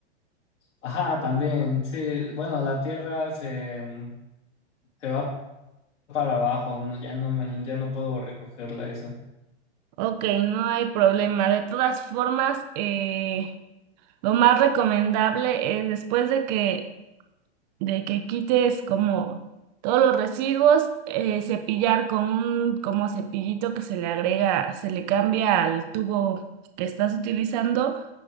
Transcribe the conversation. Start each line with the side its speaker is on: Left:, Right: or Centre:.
Left: Ajá, también, sí, bueno, la tierra se, mm, se va para abajo, no, ya no me, ya no puedo recogerla eso.
Right: Ok, no hay problema. De todas formas, eh, lo más recomendable es después de que de que quites como todos los residuos, eh, cepillar con un como cepillito que se le agrega, se le cambia al tubo que estás utilizando,